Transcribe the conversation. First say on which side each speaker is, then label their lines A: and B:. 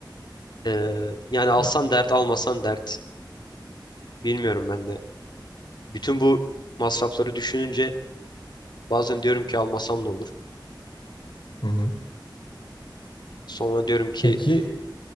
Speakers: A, on the left; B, on the left.
A: Ee, yani alsan
B: Ya.
A: dert almasan dert. Bilmiyorum ben de. Bütün bu masrafları düşününce bazen diyorum ki almasam ne olur.
B: Hı hı.
A: Sonra diyorum ki
B: Peki